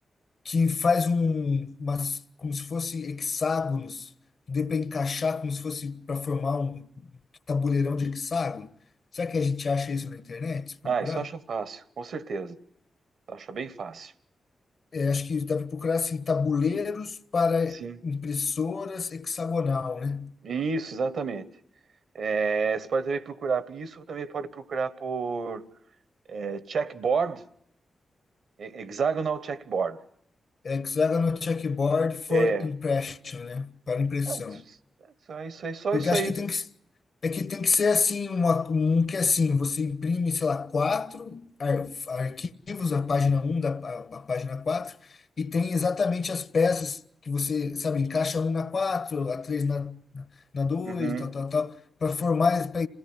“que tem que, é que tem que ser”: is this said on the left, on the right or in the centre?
Left